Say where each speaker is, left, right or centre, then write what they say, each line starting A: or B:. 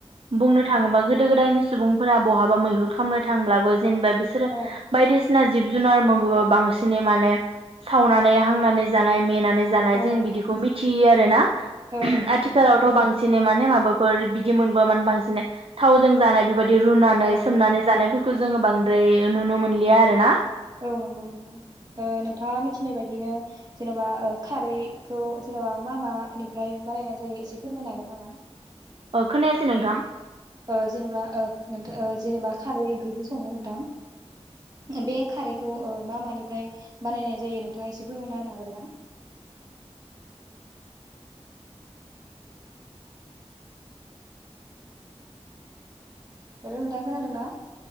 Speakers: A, on the right (about 55°); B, on the right (about 35°).
A: बुंनो थाङोबा गो गोदायनि सुबुंफोरा बहाबा मैहुर खालामनो थांब्लाबो जेनेबा बिसोरो
B: औ
A: बायदिसिना जिब जुनार मोनबोबा बांसिनै माने सावनानै हांनानै जानाय मेना जानाय
B: औ
A: जों बिदिखौ मि थियो आरोना
B: औ नंगौ
A: आथिखालावथ'
B: नोंथां
A: बां सिनै माने माबाफोर बिदि मोनबो माने बांसिन थावजों जानाय बेबायदि बिदि रुनानै
B: औ
A: सोमनानै जानाय खौ जोङो बांद्राय नुनो मोनलिया आरो ना
B: औ नंगौ नोंथां ओ नोंथां मिथिनाय बायदिनो जेन'बा खारैखौ जेनेबा मा मानिफ्राय बानायनाय जायो एसे फोरमायनो हागोन नामा?
A: अ खोनायासै नोंथां
B: ओ जेनेबा ओ जेनेबा खारै ओंख्रिबो सङो नोंथां बे खारैखौ ओ मा मानिफ्राय बानायनाय जायो नों थांङा एसे फोरमायना होनो हागोन ना? हेलौ नोंथां खोनादों ना?